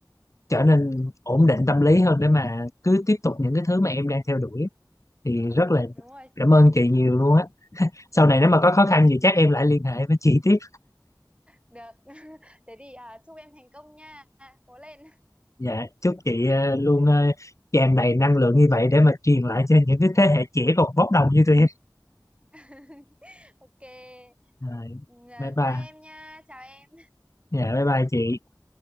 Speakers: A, on the left; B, on the right.
A: trở nên ổn định tâm lý hơn để mà cứ tiếp tục những cái thứ mà em đang theo đuổi thì
B: ừ
A: rất là
B: đúng rồi
A: cảm ơn chị nhiều luôn á sau này nếu
B: ừ
A: mà có khó khăn
B: chị-
A: gì chắc em lại liên hệ với chị tiếp
B: được <laughs> thế thì à, chúc em thành công nha cố lên
A: dạ chúc chị ờ, luôn
B: ừ.
A: ờ, tràn đầy năng lượng như vậy để mà truyền lại cho những cái thế hệ trẻ còn bốc đồng như tụi em
B: <laughs> ok Thế,
A: Rồi,
B: ừ, à,
A: bye bye
B: bye em nha chào em
A: dạ bye bye chị